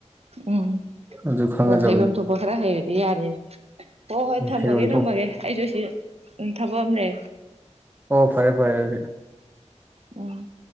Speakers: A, on the right; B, on the right.
A: ꯎꯝ
B: ꯑꯗꯨ ꯈꯪꯒꯗꯕꯅꯤ
A: ꯍꯣꯏ ꯍꯩꯐꯝ ꯊꯣꯛꯄ ꯈꯔ ꯍꯩꯔꯗꯤ ꯌꯥꯔꯦ ꯍꯣꯏ ꯍꯣꯏ ꯊꯝꯃꯒꯦ
B: ꯍꯩꯐꯝ ꯊꯣꯛ
A: ꯊꯝꯃꯒꯦ ꯑꯩꯁꯨ ꯁꯤ ꯎ ꯊꯥꯕꯑ ꯑꯃꯅꯦ
B: ꯑꯣ ꯐꯔꯦ ꯐꯔꯦ ꯑꯗꯨꯗꯤ
A: ꯎꯝ